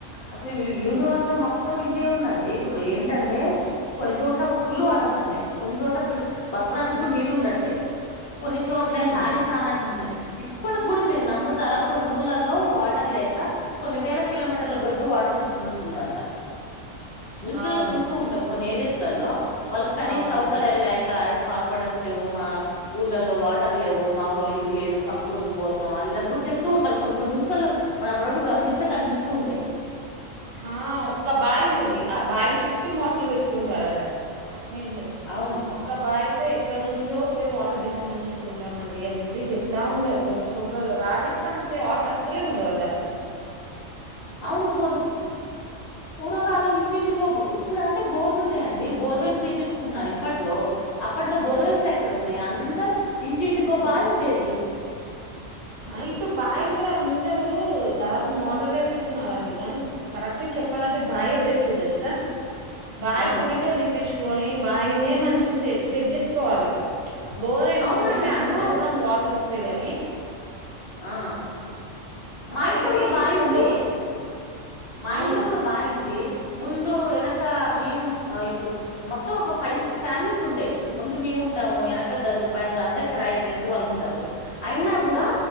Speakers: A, on the left (about 60°); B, on the right (about 80°).
A: అస్సలు యూనివర్స్ మొత్తం ఇదే ఉందండి ఇప్పుడు ఏంటంటే కొన్ని చోట్ల ఫుల్ వాటర్ వస్తున్నాయి కొన్ని చోట్ల అస్సలు బతకడానికి కూడా నీళ్ళలు ఉండట్లే కొన్ని చోట్ల
B: ఉమ్,
A: చాలీ చానట్టు ఉంటున్నాయి ఇప్పడు కూడా మీరు నమ్ముతారా కొన్ని ఊర్లలో వాటర్ లేక కొన్ని వేల కిలోమీటర్ల పోయి కూడా వాటర్ తెచ్చుకున్నట్టు ఉండదంట న్యూస్లలో
B: అవును
A: చూస్తూ ఉంటాం కొన్ని ఏరియాస్లలో వాళ్ళకి కనీ
B: అవును
A: సౌకర్యాలు లేక ఇట్లా హాస్పిటల్స్ లేవు మా ఊర్లలో వాటర్ లేవు మా ఊర్లో ఇది లేదు పక్క ఊరికు పోతాం అది ఇప్పుడు చెప్తూ ఉంటారు కొన్ని కొన్ని న్యూస్లా లో మనం అప్పుడప్పుడు గమనిస్తే కనిపిస్తూ ఉంటాయి
B: ఆ ఒక్క బావి ఉంటది ఆ బాయీ చుట్టూ మూటలు పెట్టుకుంటారట మీ
A: అవును
B: ఒక్క బాయి ఎక్కడ నుంచో పోయి వాటర్ తీసుకొని వచ్చుకుంటామండి అని చెప్పి చెప్తా ఉంటారు కొన్ని చోట్లలో రాజే వాటర్ అస్సలే ఉన్నడావంట
A: అవును పూర్ పూర్వకాలం ఇంటింటికో ఇప్పుడు అంటే బోర్లు ఉన్నాయంండి బోర్వెల్ చేపించుకుంటున్నారు ఇప్పట్లో అప్పట్లో బోర్వెల్స్ ఎక్కడ ఉన్నాయి అందరు ఇంటింటికో బావి ఉండేది
B: ఆ ఇప్పుడు బాయలు కూడా అందరూ దాదాపు మోటార్లు వపిస్తున్నారండి కానీ కరెక్ట్గా చెప్పాలంటే బాయ బెస్ట్ తెలుసా బాయీ
A: ఆ
B: పుడికలు దిప్పించుకొని బాయినే మంచి స సెట్ చేసుకోవాలి డోర్ ఏమవుద్దంటే
A: అవునండి ఇప్పుడు
B: అండర్ గ్రౌండ్ వాటర్ వస్తే గాని
A: ఆ మా
B: అనేవి
A: ఇంట్లో కూడా బావి
B: ఎక్కువ
A: ఉంది
B: ఉండవు
A: మా
B: అవును
A: ఇంట్లో కూడా బాయీ ఉంది ముందు వెనక మేము ఇప్పుడు మొత్తం ఒక ఫైవ్ సిక్స్ ఫ్యామిలీస్ ఉంటాయి ముందు మేము ఉంటాము వెనక గదులు పైన గదు అంతా క రెంట్ ఇంటి వాళ్ళు ఉంటారు అయినా కూడా